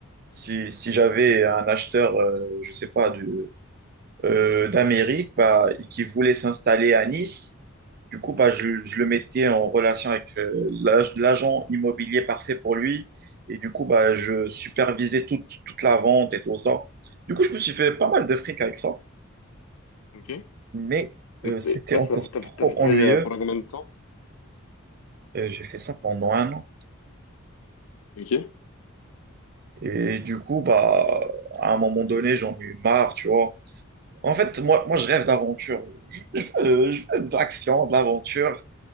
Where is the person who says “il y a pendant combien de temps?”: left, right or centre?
Left